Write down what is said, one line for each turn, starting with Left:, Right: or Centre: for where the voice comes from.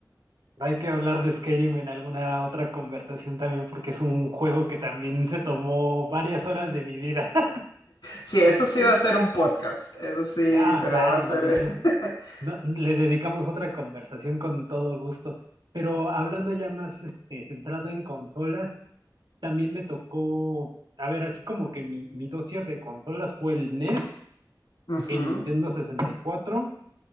Right: hay que hablar de Skyrim en alguna otra conversación también, porque es un juego que también se tomó varias horas de mi vida. <laughs>
Left: Sí, eso
Right: En-
Left: sí
Right: y-
Left: va a ser un podcast, eso sí,
Right: ah,
Left: literal
Right: claro,
Left: va a ser...
Right: no lo he hecho.
Left: <laughs>
Right: No, le dedicamos otra conversación con todo gusto. Pero hablando ya más este, centrado en consolas, también me tocó, a ver, así como que mi, mi dossier de consolas fue el NES,
Left: Ujú,
Right: el Nintendo 64,